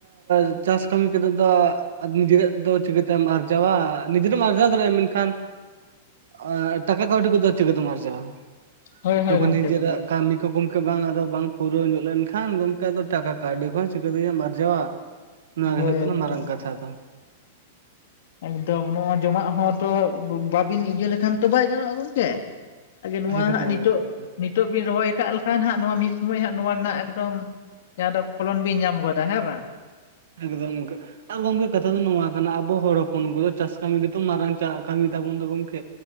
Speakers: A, on the right; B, on the left.
A: ᱮᱸ ᱪᱟᱥ ᱠᱟᱹᱢᱤ ᱠᱟᱛᱮ ᱫᱚ ᱟᱫ ᱱᱤᱡᱮᱨᱟᱜ ᱫᱚ ᱪᱤᱠᱟᱹᱛᱮᱢ ᱟᱨᱡᱟᱣᱟ ᱱᱤᱡᱮᱨᱟᱢ ᱟᱨᱡᱟᱣ ᱫᱟᱲᱮᱭᱟ ᱢᱮᱱᱠᱷᱟᱱ ᱠᱷᱟᱱ ᱟᱸ ᱴᱟᱠᱟ ᱠᱟᱹᱣᱰᱤ ᱠᱚᱫᱚ ᱪᱤᱠᱟᱹᱛᱮᱢ ᱟᱨᱡᱟᱣᱟ,
B: ᱦᱳᱭ ᱦᱳᱭ
A: ᱛᱟᱯᱚᱨ
B: ᱜᱚᱝᱠᱮ
A: ᱱᱤᱡᱮᱨᱟᱜ
B: ᱮᱠᱫᱚᱢ
A: ᱠᱟᱹᱢᱤ ᱜᱚᱢᱠᱮ ᱵᱟᱝ ᱟᱫᱚ ᱵᱟᱝ ᱯᱩᱨᱟᱹᱣ ᱧᱚᱜ ᱞᱮᱱ ᱠᱷᱟᱱ ᱜᱚᱢᱠᱮ ᱟᱫᱚ ᱴᱟᱠᱟ ᱠᱟᱹᱣᱰᱤ ᱠᱚᱦᱚᱸ ᱪᱤᱠᱟᱹ ᱛᱮᱡᱮᱢ ᱟᱨᱡᱟᱣᱟ, ᱱᱚᱶᱟ
B: ᱦᱳᱭ
A: ᱜᱮ ᱦᱩᱭᱩᱜ ᱠᱟᱱᱟ
B: ᱮᱠᱫᱚᱢ
A: ᱢᱟᱨᱟᱝ ᱠᱟᱛᱷᱟ ᱫᱚ,
B: ᱮᱠᱫᱚᱢ ᱱᱚᱣᱟ ᱡᱚᱢᱟᱜ ᱦᱚᱸ ᱛᱚ ᱵᱟᱵᱤᱱ ᱤᱭᱟᱹ ᱞᱮᱠᱷᱟᱱ ᱛᱚ ᱵᱟᱭ ᱜᱟᱱᱚᱜᱼᱟ ᱜᱚᱝᱠᱮ, ᱟᱜᱮ ᱱᱚᱣᱟ
A: ᱮᱠᱫᱚᱢ
B: ᱦᱟᱸᱜ ᱱᱤᱛᱚᱜ
A: ᱮᱠᱫᱚᱢ
B: ᱱᱤᱛ ᱱᱤᱛᱚᱜ ᱵᱤᱱ ᱨᱚᱦᱚᱭ ᱟᱠᱟᱜ ᱞᱮᱠᱷᱟᱱ ᱦᱟᱸᱜ ᱱᱚᱣᱟ ᱢᱤᱫ ᱥᱚᱢᱚᱭ ᱦᱟᱸᱜ ᱱᱚᱣᱟ ᱨᱮᱱᱟᱜ ᱮᱠᱫᱚᱢ ᱡᱟᱦᱟᱸ ᱫᱚ ᱯᱷᱚᱞᱚᱱ ᱵᱤᱱ ᱧᱟᱢ ᱜᱚᱫᱟ ᱦᱮᱸ ᱵᱟᱝ?
A: ᱮᱠᱫᱚᱢ ᱜᱮ, ᱟᱨ ᱜᱚᱝᱠᱮ ᱠᱟᱛᱷᱟ ᱫᱚ ᱱᱚᱣᱟ ᱠᱟᱱᱟ ᱟᱵᱚ ᱦᱚᱲ ᱦᱚᱯᱚᱱ ᱠᱚᱫᱚ ᱪᱟᱥ ᱠᱟᱹᱢᱤ ᱜᱮᱛᱚ ᱢᱟᱨᱟᱝ ᱪᱟ ᱠᱟᱹᱢᱤ ᱛᱟᱵᱚᱱ ᱫᱚ ᱜᱚᱝᱠᱮ,